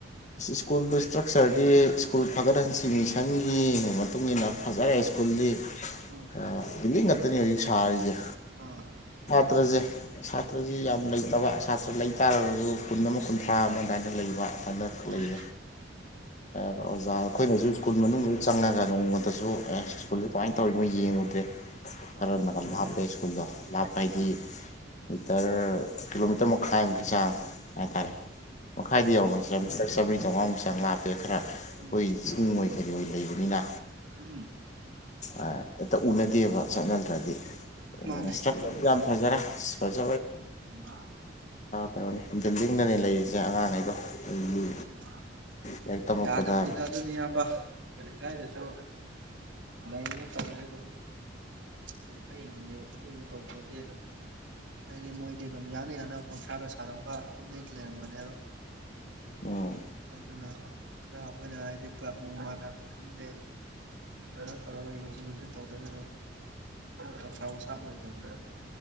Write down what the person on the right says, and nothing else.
ꯎꯝ
ꯑꯥ
ꯎꯝ
ꯍꯣꯏ
ꯍꯣꯏ
ꯎꯝ
ꯎꯝ
ꯎꯝ
ꯃꯥꯅꯦ
<inaudible>
<inaudible>
ꯌꯥꯗꯝꯅꯤꯗ ꯑꯗꯨꯅꯤ ꯑꯌꯥꯝꯕ ꯑꯩꯈꯣꯏ ꯂꯩꯀꯥꯏꯗꯁꯨ ꯂꯥꯏꯅꯤꯅ ꯇꯧꯔꯗꯤ ꯑꯗꯨꯝ ꯑꯩꯈꯣꯏꯅ ꯈꯔ ꯌꯦꯡꯁꯤꯟꯕꯤꯕ ꯈꯣꯠꯄꯤꯕ ꯇꯧꯇ꯭ꯔꯥꯗꯤ ꯍꯥꯏꯗꯤ ꯃꯣꯏꯗꯤ ꯑꯗꯨꯝ ꯌꯥꯅ ꯌꯥꯅꯕ ꯄꯪꯁꯥꯗ ꯁꯥꯔꯝꯕ ꯄꯪꯂꯩꯗ ꯂꯩꯔꯝꯕꯅꯦꯕ
ꯑꯗꯨꯅ ꯈꯔ ꯑꯩꯈꯣꯏꯅ ꯍꯥꯏꯗꯤ ꯀ꯭ꯂꯕ ꯅꯨꯡ ꯃꯥꯟꯅ ꯈꯪꯗꯦ ꯈꯔ ꯐꯔꯒ ꯌꯦꯡꯖꯤꯟ ꯈꯣꯠꯖꯤꯟ ꯇꯧꯗ꯭ꯔꯗꯤ ꯑꯗꯨꯝ ꯊꯧꯁꯥ ꯋꯥꯁꯥ ꯑꯣꯏꯗꯕꯅ